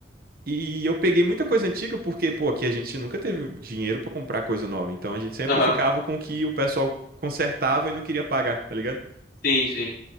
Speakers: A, on the right (about 55°); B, on the left (about 60°).
A: E eu peguei muita coisa antiga porque, pô, aqui a gente nunca teve dinheiro pra comprar coisa nova. Então a gente sempre
B: Aham,
A: ficava com o que o pessoal consertava e não queria pagar, tá ligado?
B: Sim, sim.